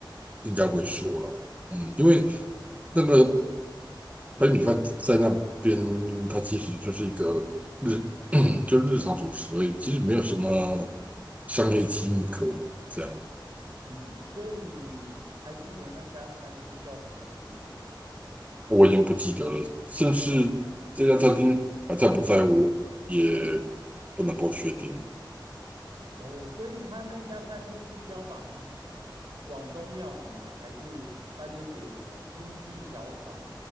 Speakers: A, on the right; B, on the right.
A: 应该会说了。
B: 嗯
A: 嗯，因为那个白米饭在那边，它其实就是一个日，<clears throat> 就是日常主食而已，其实没有什么商业机密可以这样。
B: 嗯，所以你还记得那家餐厅叫什么名字吗？
A: 我已经不记得了，甚至这家餐厅还在不在我也
B: 哦，
A: 不能够确定。
B: 哦，所以他那家餐厅是标榜广东料理吗？还是他就写什么经济小炒？